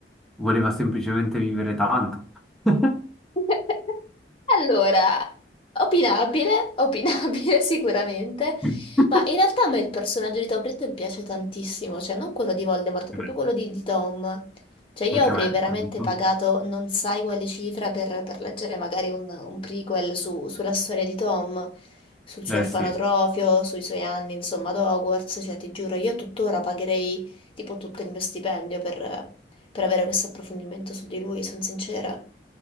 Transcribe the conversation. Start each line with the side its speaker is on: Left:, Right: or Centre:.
Centre: voleva semplicemente vivere tanto. <laughs>
Left: <laughs> Allora, opinabile, opinabile <laughs> sicuramente,
Centre: Mm.
Left: ma in realtà a me il personaggio di Tom Riddle piace tantissimo, cioè non quello di Voldemort,
Centre: Anche
Left: proprio
Centre: me.
Left: quello di, di Tom. Cioè io
Centre: Anche
Left: avrei
Centre: me,
Left: veramente
Centre: quello-
Left: pagato non sai quale cifra per, per leggere magari un, un prequel su- sulla storia di Tom, sul suo
Centre: Eh
Left: orfanotrofio,
Centre: sì.
Left: sui suoi anni, insomma, ad Hogwarts, cioè ti giuro, io tuttora pagherei tipo tutto il mio stipendio per per avere questo approfondimento su di lui, sono sincera.